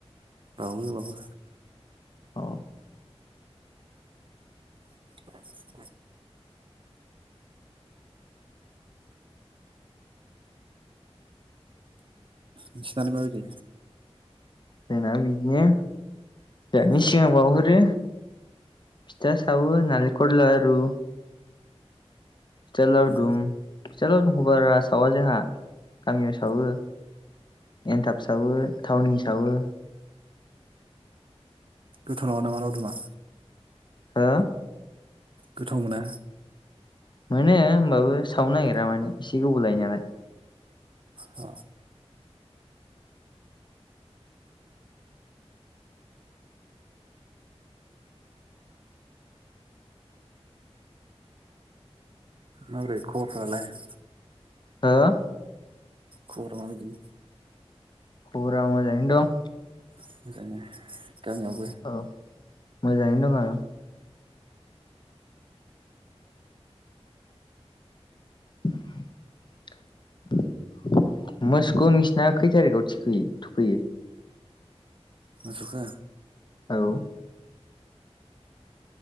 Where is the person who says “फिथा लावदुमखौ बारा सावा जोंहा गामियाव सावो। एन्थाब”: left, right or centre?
Left